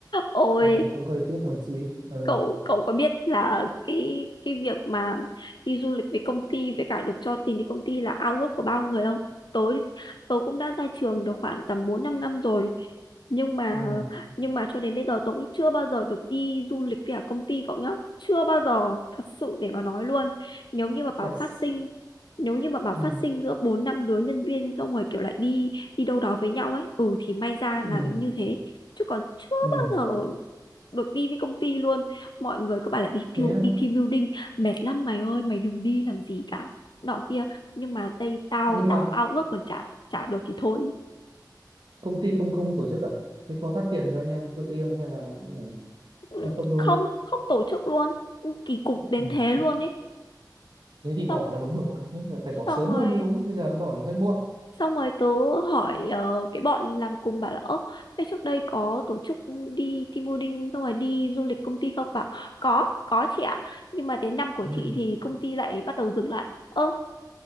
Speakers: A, on the left; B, on the right.
A: ôi
B: nên là cũng hơi tiếc một chị ừ,
A: cậu cậu có biết là cái cái việc mà đi du lịch với công ty với cả được cho tiền đi công ty là ao ước của bao người không tớ tớ cũng đã ra trường được khoảng tầm bốn năm năm rồi nhưng mà
B: ừ,
A: nhưng mà cho đến bây giờ tớ cũng chưa bao giờ được đi du lịch với cả công ty cậu nhá chưa bao giờ thật sự để mà nói luôn nếu như mà bảo
B: tại s-
A: phát sinh nếu như mà bảo
B: ừ,
A: phát sinh giữa bốn năm đứa nhân viên xong rồi kiểu lại đi đi đâu đó với nhau ấy ừ thì may ra
B: ừ,
A: là như thế chứ còn chưa
B: ừ.
A: bao giờ được đi với công ty luôn mọi người cứ bảo là đi thiêu
B: thế á.
A: đi team building mệt lắm mày ơi mày đừng đi làm gì cả nọ kia nhưng mà đây tao
B: nhưng mà
A: tao ao ước còn chả chả được thì thôi
B: công ty không không tổ chức à thế có phát tiền cho anh em tự đi không hay là
A: Ừ,
B: hay không luôn
A: không không tổ chức luôn kỳ cục
B: ừ.
A: đến thế luôn ấy
B: thế thì
A: xong
B: bỏ là đúng rồi thế là phải bỏ
A: xong
B: sớm
A: rồi
B: hơn mới đúng bây giờ bỏ là hơi muộn
A: xong rồi tớ hỏi ờ, cái bọn làm cùng bảo là ơ thế trước đây có tổ chức đi team building xong rồi đi du lịch công ty không bảo có có chị ạ nhưng mà đến năm của
B: ừ.
A: chị thì công ty lại bắt đầu dừng lại ơ